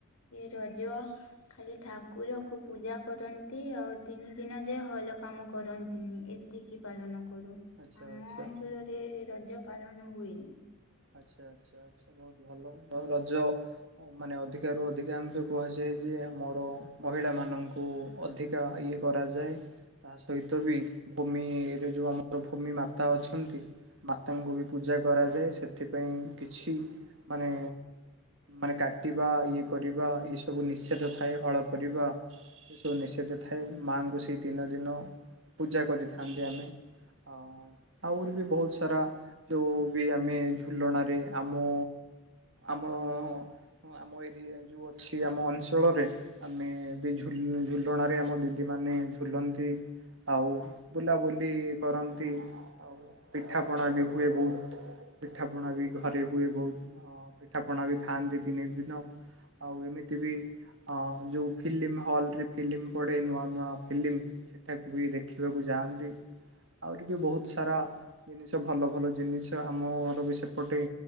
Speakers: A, on the left (about 85°); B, on the right (about 60°).
A: ରଜ ଖାଲି ଠାକୁରକୁ ପୂଜା କରନ୍ତି ଆଉ ତିନି ଦିନ ଯାଏଁ ହଲ କାମ କରନ୍ତି ଏତି ଏତିକି ପାଳନକରୁ
B: ଆଚ୍ଛା
A: ଆମ
B: ଆଚ୍ଛା
A: ଅଞ୍ଚଳରେ ରଜ ପାଳନ ହୁଏନି।
B: ଆଚ୍ଛା ଆଚ୍ଛା ଆଚ୍ଛା ବହୁତ ଭଲ ଆଉ ରଜ ମାନେ ଅଧିକରୁ ଅଧିକାଂଶ କୁହାଯାଏଯେ ଆମର ମହିଳା ମାନଙ୍କୁ ଅଧିକା ଇଏ କରାଯାଏ। ତାସହିତବି ଭୂମିରେ ଯୋଉ ଆମର ଭୂମିମାତା ଅଛନ୍ତି। ମାତାଙ୍କୁବି ପୂଜା କରାଯାଏ ସେ ସେଥିପାଇଁ କିଛି ମାନେ ମାନେ କାଟିବା ଇଏ କରିବା ଏସବୁ ନିଷେଧଥାଏ ହଳ କରିବା। ଏସବୁ ନିଷେଧ ଥାଏ ମାଆଙ୍କୁ ସେଇ ତିନିଦିନ ପୂଜା କରିଥାନ୍ତି ଆମେ ଆଉ ଅଁ ଆହୁରିବି ବହୁତସାରା ଯୋଉବି ଆମେ ଝୁଲଣାରେ ଆମ ଆମ ଓହୋ ଆମ ଏରିଆ ଯୋଉଅଛି ଆମ ଅଞ୍ଚଳରେ ଆମେବି ଝୁଲ ଝୁଲଣାରେ ଆମ ଦିଦି ମାନେ ଝୁଲନ୍ତି। ଆଉ ବୁଲାବୁଲି କରନ୍ତି ଆଉ ପିଠାପଣାବି ହୁଏ ବହୁତ। ପିଠା ପଣାବି ଘରେହୁଏ ବହୁତ ପିଠା ପଣାବି ଖାଆନ୍ତି ତିନି ଦିନ। ଆଉ ଏମିତିବି ହଁ ଯୋଉ ଫିଲ୍ମି ହଲରେ ଫିଲ୍ମିପଡେ ନୂଆ ନୂଆ ଫିଲ୍ମି। ସେଠାକୁ ବି ଦେଖିବାକୁ ଯାଆନ୍ତି। ଆଉରି ବି ବହୁତ ସାରା ଜିନିଷ ଭଲ ଭଲ ଜିନିଷ ଆମର ବି ସେପଟେ